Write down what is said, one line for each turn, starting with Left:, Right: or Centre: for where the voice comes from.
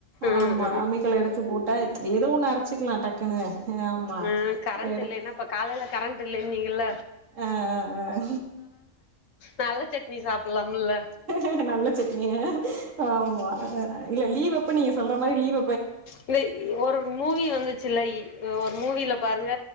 Left: ம்
Right: ஆமா
Left: ம்
Right: அம்மிக்களை எடுத்து போட்டு ஏதுவும் ஒன்னு அரைச்ச கத்துக்கலாம் டக்குன்னு ஆமா
Left: ஆஹ் கரண்ட்
Right: எடுத்
Left: இல்லைன்னா இப்ப காலையில கரண்ட் இல்லைன்னா நீங்கள
Right: ஆஹ் ஆஹ்
Left: நல்ல சட்னி சாப்பிடலாம்ல
Right: ஆஹ் நல்ல சிங்க ஆமா இல்ல லீவ் நீங்க சொல்ற மாரி லீவ
Left: இந்த ஒரு மூவி வந்துச்சுல்ல ஒரு மூவில பாருங்க